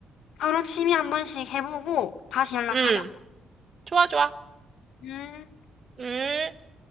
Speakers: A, on the left; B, on the right.
A: 서로 취미 한 번씩 해보고, 다시 연락하자.
B: 응, 좋아, 좋아.
A: 음.
B: 음.